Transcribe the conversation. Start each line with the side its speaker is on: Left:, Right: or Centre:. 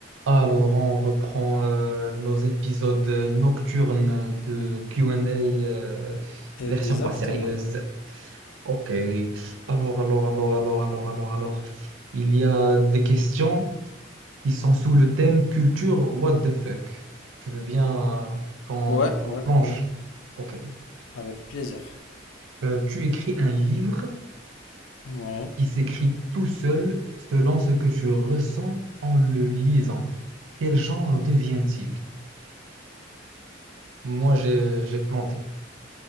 Right: Alors, on reprend euh, nos épisodes nocturnes de Q&A euh,
Left: Exactement.
Right: version pas sérieuse. Ok. Alors, alors, alors, alors, alors, alors, alors. Il y a des questions qui sont sous le thème culture what the fuck. Tu veux bien euh, qu'on
Left: Ouais,
Right: qu'on
Left: ouais,
Right: plonge?
Left: ouais.
Right: Ok.
Left: Avec plaisir.
Right: Euh, tu écris un livre
Left: Ouais.
Right: qui s'écrit tout seul selon ce que tu ressens en le lisant. Quel genre devient-il? Moi, j'ai j'ai planté.